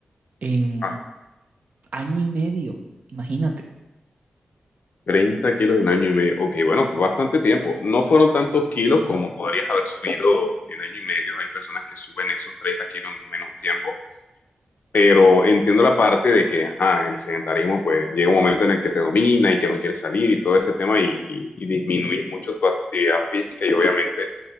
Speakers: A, on the right; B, on the left.
A: en
B: ah,
A: año y medio, imagínate.
B: 30 kilos en año y medio. Ok, bueno, fue bastante tiempo. No fueron tantos kilos como podrías haber subido en año y medio. Hay personas que suben esos 30 kilos en menos tiempo. Pero entiendo la parte de que ajá, el sedentarismo pues llega un momento en el que te domina y que no quieres salir y todo ese tema y, y, y disminuyes mucho tu actividad física y obviamente